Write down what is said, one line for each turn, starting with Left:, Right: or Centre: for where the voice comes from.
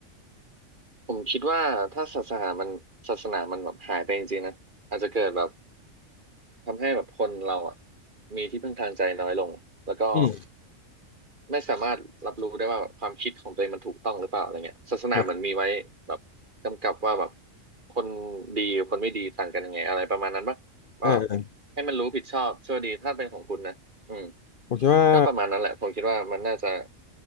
Right: ผมคิดว่าถ้าศาสนามันศาสนามันแบบหายไปจริงๆนะอาจจะเกิดแบบ ทำให้แบบคนเราอ่ะมีที่พึ่งทางใจน้อยลงแล้วก็
Left: อืม
Right: ไม่สามารถรับรู้ได้ว่าแบบความคิดของตัวเองมันถูกต้องหรือเปล่าอะไรเงี้ยศาสนาเหมือนมีไว้แบบกำกับว่าแบบ
Left: อ่
Right: คนดีกับคนไม่ดีต่างกันยังไงอะไรประมาณนั้นปะก็
Left: าอ่า
Right: ให้มันรู้ผิดชอบชั่วดีถ้าเป็นของคุณนะอืม
Left: ผมคิดว่า
Right: ก็ประมาณนั้นแหละผมคิดว่ามันน่าจะ